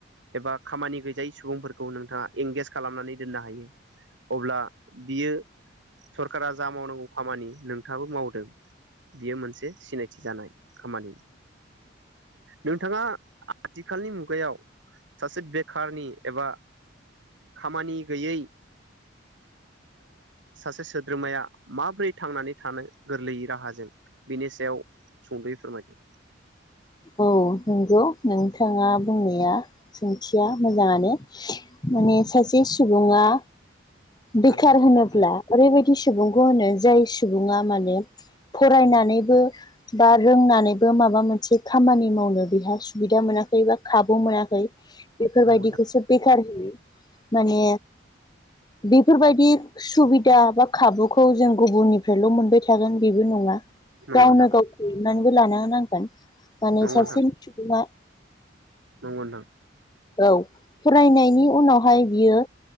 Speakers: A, on the right; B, on the left.
A: एबा खामानि गैजायै सुबुंफोरखौ नोंथाङा एंगेज खालामनानै दोननो हायो अब्ला बियो सरकारा जा मावनांगौ खामानि नोंथाबो मावदों बियो मोनसे सिनायथि जानाय खामानि नोंथाङा आथिखालनि मुगायाव सासे बेखारनि एबा खामानि गैयै सासे सोद्रोमाया माब्रै थांनानै थानो गोरलैयै राहाजों बेनि सायाव सुंद'यै फोरमायदि
B: औ नंगौ नोंथाङा बुंनाया सोंथिया मोजाङानो माने सासे सुबुङा बेखार
A: नंगौ
B: होनोब्ला ओरैबायदि सुबुंखौ होनो जाय सुबुङा माने फरायनानैबो बा रोंनानैबो माबा मोनसे खामानि मावनो बेहा सुबिदा मोनाखै बा खाबु मोनाखै बेफोरबायदिखौसो
A: नोंथां
B: बेखार होयो माने बेफोरबायदि सुबिदा बा खाबुखौ जों गुबुननिफ्रायल' मोनबाय थागोन बेबो नङा
A: नंगौ
B: गावनो
A: नोंथां
B: गाव हनानैबो लानो नांगोन माने
A: नंगौ
B: सावस्रिनि
A: नोंथां
B: सुबङा
A: नंगौ
B: औ फरायनायनि उनावहाय बियो